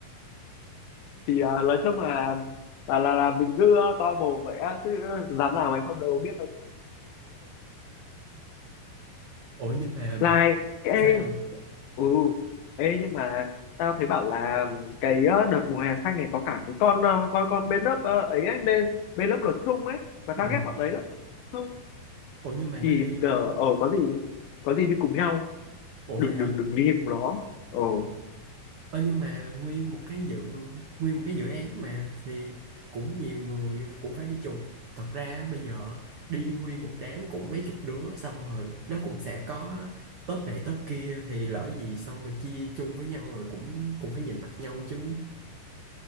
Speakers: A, on the left (about 75°); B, on the right (about 75°).
A: Thì ờ, nói chung là, là, là, là mình cứ ờ, to mồm vậy á, chứ ờ, dám làm nào mày không đâu biết đâu.
B: Ủa nhưng mà
A: Like, ê,
B: sao
A: ừ, ê nhưng mà tao thấy bảo là cái ờ, đợt mùa hè xanh này có cả cái con, ờ, con, con bên lớp ờ, ấy ấy, nên bên lớp luật thung ấy, mà
B: ừ.
A: tao ghét bọn đấy lắm. Không,
B: Ủa nhưng mà nó
A: thì
B: đi
A: ờ, ờ, có gì, có gì đi cùng nhau.
B: Ủa
A: đừng
B: vậy hả
A: đừng đừng đi cùng nó ồ
B: Ơ nhưng mà nguyên một cái dự nguyên một cái dự án mà thì cũng nhiều người cũng phải đi chung thật ra bây giờ đi nguyên một đám cũng mấy chục đứa xong rồi nó cũng sẽ có top này top kia thì lỡ gì xong rồi chia chung với nhau rồi cũng cũng phải nhìn mặt nhau chứ